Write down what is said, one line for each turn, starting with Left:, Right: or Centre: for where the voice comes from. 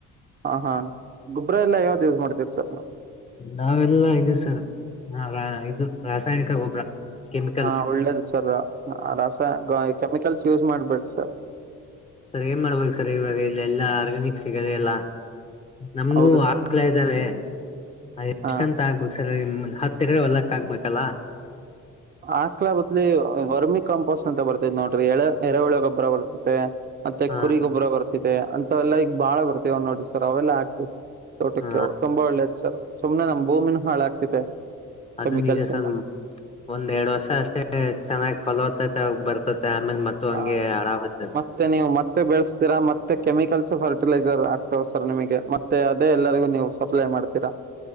Right: ಹಾ, ಹಾ ಗೊಬ್ಬ್ರ ಎಲ್ಲ ಯಾವ್ದ್ ಯೂಸ್ ಮಾಡ್ತಿರ ಸರ್ ನೀವು-
Left: ನಾವೆಲ್ಲಾ ಇದು ಸರ್ ಇದು ಇದು ರಾಸಾಯನಿಕ ಗೊಬ್ಬರ. ಕೆಮಿಕಲ್ಸ್
Right: ಹಾ ಒಳ್ಳೇದು ಸರ್ ರಾಸಾಯನಿಕ ಕೆಮಿಕಲ್ಸ್ ಯೂಸ್ ಮಾಡ್ಬೇಡ ಸರ್-
Left: ಸರಿ ಏನ್ ಮಾಡ್ಬೇಕು ಸರ್ ಇವಾಗ ಇಲ್ಲಿ ಎಲ್ಲಾ ಆರ್ಗ್ಯಾನಿಕ್ ಸಿಗದೆ ಇಲ್ಲಾ. ನಮ್ಮೂವು
Right: ಹೌದು ಸರ್
Left: ಆಕ್ಲಾ ಇದ್ದಾವೆ ಎಷ್ಟಂತ
Right: ಹಾ.
Left: ಆಗ್ಬೇಕ ಸರ್ ಹತ್ತು ತೆರ್ರ ಒಲ್ಲಕ್ ಆಗ್ಬೇಕಲ್ಲಾ
Right: ಆಕ್ಲ ಬದಲ ವರ್ಮಿ ಕಂಪೋಸ್ಟ್ ಅಂತ ಬರ್ತೈತಿ ನೋಡ್ರಿ ಎಳ ಎರೆಹುಳ ಗೊಬ್ಬರ ಬರ್ತೈತೆ ಮತ್ತೆ
Left: ಹ
Right: ಕುರಿ ಗೊಬ್ಬರ ಬರ್ತಾ ತೆ ಅಂತವೆಲ್ಲಾ ಈಗ ಬಾಳ ಬರ್ತವ ಅವ ನೋಡಿ ಸರ್ ಅವೆಲ್ಲ ಹಾಕಿ ತೋಟಕ್ಕೆ.
Left: ಹ
Right: ಅವ ತುಂಬಾ ಒಳ್ಳೇದ ಸರ್ ಸುಮ್ನೆ ನಮ್ ಭೂಮಿನ ಹಾಳಾಗ್ತಿತೆ.
Left: ಅದು
Right: ಕೆಮಿಕಲ್ಸ್
Left: ನಿಜ ಸರ್
Right: ಇಂದ
Left: ಒಂದ್ ಎರಡ್ ವರ್ಷ ಅಷ್ಟೇ ಚನ್ನಾಗ ಫಲೋತ್ತೈತೆ ಬರ್ತ್ಯಾತ್ ಆಮೇಲ್ಲೆ ಮತ್ತು ಹಂಗೆ
Right: ಹ
Left: ಹಾಳಾಗ್ತಿಯ್ತತ.
Right: ಮತ್ತೆ ನೀವು ಮತ್ತೆ ಬೆಳೆಸ್ತೀರಾ ಮತ್ತೆ ಕೆಮಿಕಲ್ಸ್ ಫರ್ಟಿಲೈಸರ್ ಆಗ್ತವೆ ಸರ್ ನಿಮಗೆ ಮತ್ತ್ ಮತ್ತೆ ಅದೇ ಎಲ್ಲರಿಗು ನೀವು ಸಪ್ಲೈ ಮಾಡ್ತೀರಾ.